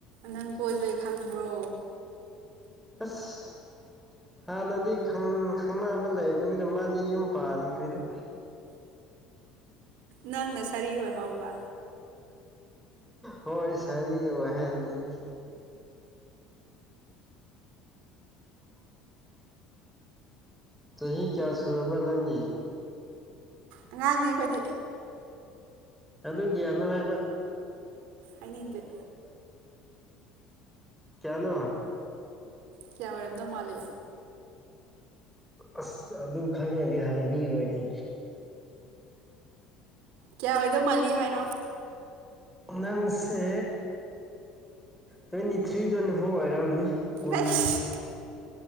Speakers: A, on the right; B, in the centre.
A: ꯅꯪ ꯀꯣꯏꯕꯩ ꯈꯪꯕ꯭ꯔꯣ
B: ꯑꯁ ꯍꯥꯟꯅꯗꯤ ꯈꯪ ꯈꯪꯅꯕ ꯂꯩꯕꯅꯤꯅ ꯃꯥꯗꯤ ꯌꯨꯝ ꯄꯥꯟꯈ꯭ꯔꯦꯗ
A: ꯅꯪꯅ ꯁꯥꯔꯤ ꯑꯣꯏ ꯍꯧꯕ
B: ꯍꯣꯏ ꯁꯔꯤ ꯑꯣꯏꯍꯟꯕꯤꯅꯤ ꯆꯍꯤ ꯀꯌꯥ ꯁꯨꯔꯕ꯭ꯔ ꯅꯪꯗꯤ
A: ꯑꯉꯥꯡꯅꯦ ꯑꯈꯣꯏꯗꯤ
B: ꯑꯗꯨꯒꯤꯌꯥꯅꯣ ꯍꯥꯏꯕ
A: ꯍꯥꯏꯅꯤꯡꯗꯦ
B: ꯀ꯭ꯌꯥꯅꯣ
A: ꯀꯌꯥ ꯑꯣꯏꯔꯝꯗꯧ ꯃꯥꯜꯂꯤ
B: ꯑꯁ ꯑꯗꯨ ꯈꯪꯉꯦꯗꯤ ꯍꯪꯕꯤꯔꯣꯏꯅꯦ
A: ꯀꯌꯥ ꯑꯣꯏꯗꯧ ꯃꯥꯜꯂꯤ ꯍꯥꯏꯔꯛꯑꯣ
B: ꯅꯪꯁꯦ ꯇ꯭ꯋꯦꯟꯇꯤ ꯊ꯭ꯔꯤ ꯇ꯭ꯋꯦꯟꯇꯤ ꯐꯣꯔ ꯑꯣꯏꯔꯝꯅꯤ ꯀꯨꯟ
A: ꯑꯩꯁ